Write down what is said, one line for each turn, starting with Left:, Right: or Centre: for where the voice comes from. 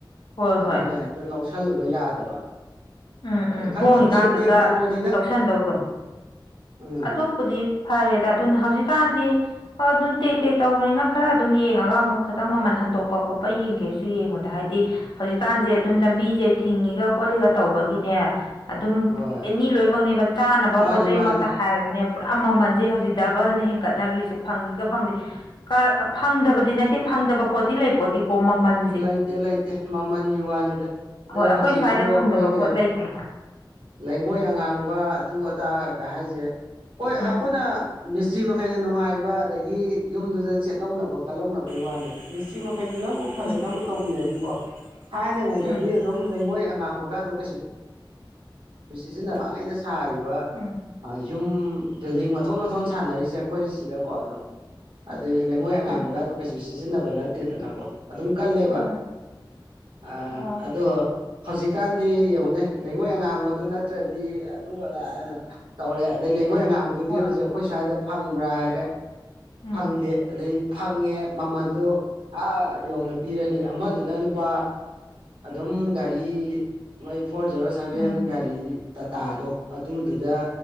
Left: ꯍꯣꯏ
Right: ꯑꯗꯨꯅ
Left: ꯍꯣꯏ
Right: ꯍꯦꯛꯇ ꯂꯧꯁꯤꯜꯂꯨꯕ ꯌꯥꯗꯕ
Left: ꯎꯝ
Right: ꯑꯗꯩ
Left: ꯎꯝ
Right: ꯈꯪꯗꯦ
Left: ꯍꯣꯡꯉꯤꯀꯥꯟꯗꯨꯗ
Right: ꯇꯦꯛ ꯇꯦꯛ ꯇꯧꯕꯅꯤꯗ
Left: ꯂꯧꯁꯟꯗꯧꯗꯣ
Right: ꯎꯝ
Left: ꯑꯗꯨ ꯄꯨꯗꯤ ꯐꯔꯦꯗ ꯑꯗꯨꯅ ꯍꯧꯖꯤꯛꯀꯥꯟꯗꯤ ꯑꯗꯨꯝ ꯇꯦꯛ ꯇꯦꯛ ꯇꯧꯕꯅꯤꯅ ꯈꯔ ꯑꯗꯨꯝ ꯌꯦꯡꯉꯒ ꯑꯃꯨꯛ ꯈꯤꯇꯪ ꯃꯃꯟ ꯍꯟꯗꯣꯛꯄ ꯈꯣꯠꯄ ꯌꯦꯡꯒꯦꯁꯨ ꯌꯦꯡꯉꯨꯗ ꯍꯥꯏꯗꯤ ꯍꯧꯖꯤꯛꯀꯥꯟꯁꯦ ꯑꯗꯨꯝ ꯂꯝꯕꯤꯁꯦ ꯊꯤꯡꯉꯤꯒ ꯈꯣꯠꯂꯤꯒ ꯇꯧꯕꯒꯤꯅꯦ ꯑꯗꯨꯝ
Right: ꯍꯣꯏ
Left: ꯑꯦꯅꯤ ꯂꯣꯏꯃꯛꯅꯦꯕ ꯆꯥꯅꯕ
Right: ꯃꯥꯅꯤ
Left: ꯄꯣꯠ ꯆꯩ
Right: ꯃꯥꯅꯤ
Left: ꯃꯛꯇ ꯍꯥꯏꯔꯁꯨꯅꯦ ꯄꯨꯔꯥ ꯃꯃꯜꯁꯦ ꯍꯧꯖꯤꯛ ꯗꯕꯜꯅꯤ ꯍꯦꯟꯒꯠꯅꯈ꯭ꯔꯤꯁꯦ ꯐꯪꯉꯤꯒ ꯐꯪꯗꯦ ꯀꯥ ꯐꯪꯗꯕꯗꯤ ꯅꯠꯇꯦ ꯐꯪꯗꯕ ꯄꯣꯠꯇꯤ ꯂꯩ ꯄꯣꯠꯇꯦ ꯍꯣ ꯃꯃꯟ
Right: ꯂꯩꯇꯦ ꯂꯩꯇꯦ ꯃꯃꯜꯒꯤ ꯋꯥꯅꯤꯗ ꯑꯗꯩ
Left: ꯍꯣꯏ ꯑꯩꯈꯣꯏ
Right: ꯍꯧꯖꯤꯛꯁꯨ
Left: ꯁ꯭ꯋꯥꯏꯗ
Right: ꯑꯩꯈꯣꯏꯒꯤ
Left: ꯐꯪꯗꯕ ꯄꯣꯠ ꯂꯩꯇꯦ
Right: ꯂꯩꯉꯣꯏ ꯑꯉꯥꯡꯕ ꯑꯗꯨ ꯑ ꯇꯥ ꯒ ꯍꯥꯏꯁꯦ ꯍꯣꯏ
Left: ꯎꯝ
Right: ꯑꯩꯈꯣꯏꯅ ꯃꯤꯁꯇ꯭ꯔꯤ ꯃꯈꯩꯅ ꯅꯨꯡꯉꯥꯏꯕ ꯑꯗꯒꯤ ꯌꯨꯝꯗꯨꯗ ꯆꯦꯠꯂꯧꯅꯕ ꯀꯜꯍꯧꯅꯕꯩ ꯋꯥꯅꯦꯕ ꯃꯤꯁꯇ꯭ꯔꯤ ꯃꯈꯩꯗꯨꯅꯕꯨ ꯐꯖꯅꯕꯨ
Left: ꯎꯝ
Right: ꯇꯧꯕꯤꯔꯗꯤꯀꯣ ꯊꯥꯏꯅꯉꯩꯗꯗꯤ
Left: ꯎꯝ
Right: ꯑꯗꯨꯝ ꯂꯩꯉꯣꯏ ꯑꯉꯥꯡꯕꯒꯗꯣ ꯀꯩꯁꯨ ꯁꯤꯖꯤꯟꯅ ꯃꯥꯡꯉꯩꯗ ꯁꯥꯔꯤꯕ
Left: ꯎꯝ
Right: ꯑꯥ ꯌꯨꯝ ꯕꯤꯜꯗꯤꯡ ꯃꯊꯣꯟ ꯃꯊꯣꯟ ꯁꯥꯟꯅꯔꯤꯁꯦ ꯑꯩꯈꯣꯏ ꯁꯤꯗꯀꯣ ꯑꯗꯨꯝ ꯍꯥꯏꯗꯤ ꯂꯩꯉꯣꯏ ꯑꯉꯥꯡꯕꯒꯗꯣ
Left: ꯎꯝ
Right: ꯀꯩꯁꯨ ꯁꯤꯖꯤꯟꯅꯕ ꯅꯠꯇꯦꯗꯅꯀꯣ ꯑꯗꯨꯝ ꯀꯜꯂꯦꯕ
Left: ꯎꯝ
Right: ꯑꯥ
Left: ꯑꯣ
Right: ꯑꯗꯣ ꯍꯧꯖꯤꯛꯀꯥꯟꯗꯤ ꯌꯦꯡꯉꯣꯅꯦ ꯂꯩꯉꯣꯏ ꯑꯉꯥꯡꯕ ꯑꯗꯨ ꯅꯠꯇ꯭ꯔꯥꯗꯤ ꯑꯗꯨ ꯑꯗꯥꯅ ꯇꯧꯔꯦ ꯑꯗꯩ ꯂꯩꯉꯣꯏ ꯑꯉꯥꯡꯕꯗꯨꯗꯤ
Left: ꯍꯣꯏ
Right: ꯍꯧꯖꯤꯛ ꯈꯣꯏ ꯁ꯭ꯋꯥꯏꯗ ꯐꯪꯕ꯭ꯔꯥ ꯍꯥꯏꯔꯦ
Left: ꯎꯝ
Right: ꯐꯪꯗꯦ ꯑꯗꯩ ꯐꯪꯉꯦ ꯃꯃꯟꯗꯣ ꯑꯥ ꯌꯧꯅ ꯄꯤꯔꯅꯤ ꯑꯃꯗꯨꯅ ꯂꯨꯄꯥ ꯑꯗꯨꯝ ꯒꯥꯔꯤ ꯃꯣꯏ ꯐꯣꯔ ꯖꯦꯔꯣ ꯁꯚꯦꯟ
Left: ꯎꯝ
Right: ꯒꯥꯔꯤ ꯇꯥꯇꯥꯗꯣ ꯑꯗꯨꯗꯨꯗ